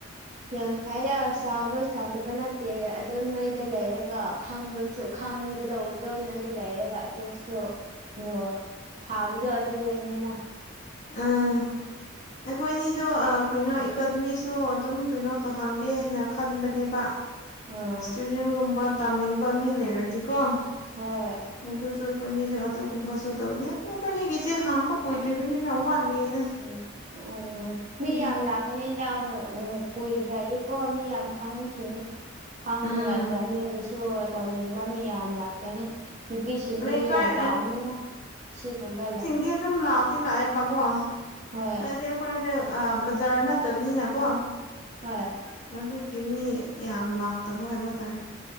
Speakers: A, on the right (about 35°); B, on the left (about 35°).
A: ꯌꯥꯝ ꯐꯩꯗ ꯆꯥꯎꯕ ꯆꯥꯎꯗꯕ ꯅꯠꯇꯦ ꯑꯗꯣ ꯅꯣꯏꯗ ꯂꯩꯔꯒ ꯈꯪꯕꯁꯨ ꯈꯪꯒꯗꯧꯕꯗꯣ ꯅꯣꯏꯗ ꯂꯩꯔꯒ ꯑꯗꯨꯁꯨ <inaudible> ꯐꯕꯗꯣ ꯑꯗꯨꯗꯅꯦꯅ
B: ꯑꯥ ꯅꯈꯣꯏꯅꯤꯗꯣ ꯀꯩꯅꯣ ꯏꯀꯗꯃꯤꯁꯨ ꯑꯗꯨꯝ ꯀꯩꯅꯣ ꯇꯧꯍꯟꯒꯦ ꯍꯥꯏꯅ ꯈꯟꯕꯅꯦꯕ
A: ꯑꯥ
B: ꯁ꯭ꯇꯨꯗꯦꯟ ꯒꯨꯝꯕ ꯇꯝꯅꯤꯡꯕ ꯃꯤ ꯂꯩꯔꯗꯤꯀꯣ
A: ꯍꯣꯏ
B: ꯑꯗꯨꯁꯨ ꯑꯩꯈꯣꯏꯅꯤꯁꯨ ꯑꯗꯨꯒꯨꯝꯕꯁꯨ ꯇꯧꯅꯤ ꯑꯗꯨ ꯑꯩꯈꯣꯏꯅꯤꯒꯤꯁꯦ ꯍꯥꯡꯕ ꯀꯨꯏꯗ꯭ꯔꯤꯕꯅꯤꯅ ꯌꯥꯝ ꯋꯥꯠꯂꯤꯗ
A: ꯎꯝ ꯑꯣ ꯃꯤ
B: ꯎꯝ
A: ꯌꯥꯝ ꯂꯥꯛ ꯀꯥꯅꯤꯗ ꯍꯣꯢ ꯀꯨꯏꯈ꯭ꯔꯗꯤꯀꯣ ꯃꯤ ꯌꯥꯝ ꯈꯪꯉꯥꯛꯈꯤꯅꯤ ꯈꯪꯉꯒ
B: ꯎꯝ
A: ꯑꯗꯥꯏꯅꯤꯡꯒꯤꯁꯨ ꯇꯧꯅꯤꯡꯕ ꯃꯤ ꯌꯥꯝ ꯂꯥꯛꯀꯅꯤ ꯅꯨꯄꯤꯁꯤꯡꯗꯤ
B: ꯂꯩꯀꯥꯏ
A: ꯌꯥꯝ ꯄꯥꯝꯕꯅꯦ ꯁꯤꯒꯨꯝꯕ ꯌꯥꯝ
B: ꯃꯤ ꯑꯗꯨꯝ ꯂꯥꯛ ꯇꯤ ꯂꯥꯛꯑꯦꯕꯀꯣ
A: ꯍꯣꯏ
B: ꯍꯥꯏꯗꯤ ꯑꯩꯈꯣꯏꯗ ꯕꯖꯥꯔ ꯅꯠꯇꯕꯅꯤꯅꯀꯣ
A: ꯍꯣꯏ
B: ꯑꯗꯨꯒꯤ ꯃꯤ ꯌꯥꯝ ꯂꯥꯛꯇꯕ ꯍꯥꯏꯕ ꯇꯥꯔꯦ